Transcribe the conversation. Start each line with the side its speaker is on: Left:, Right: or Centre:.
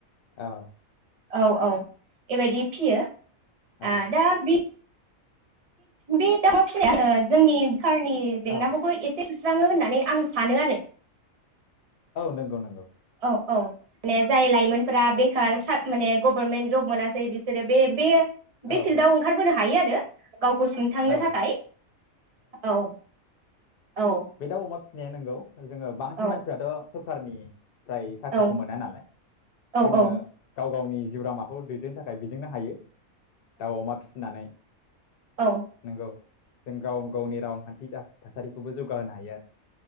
Left: औ
Right: औ औ बेबायदि फियो
Left: औ
Right: आ दा बि बे दाउ फिसाया ओ जोंनि खारनि जेंनाखौबो
Left: औ
Right: एसे सुस्राङो होननानै आं सानो आरो
Left: नोंगौ नोंगौ
Right: औ माने जाय लाइमोनफोरा बेखार माने गभर्मेन्ट जब मोनासै बिसोरो बे बे
Left: औ
Right: बे फिल्डआव ओंखारबोनो हा हायो आरो गावखौ सुंथांनो
Left: औ
Right: थाखाय औ औ
Left: बे दाउ अमा फिसिनाया नोंगौ जोङो बांसिन
Right: औ
Left: मानसिफ्राथ' सरखारनि फ्राय साख्रिखौ
Right: औ
Left: मोना नालाय
Right: औ
Left: जोङो गाव गावनि जिउ लामाखौ दैदेननो थाखाय बिजोंनो हायो दाउ अमा फिसिनानै
Right: औ
Left: नोंगौ जों गाव गावनि रांखान्थि थासारिखौबो जौग गा होनो हायो आरो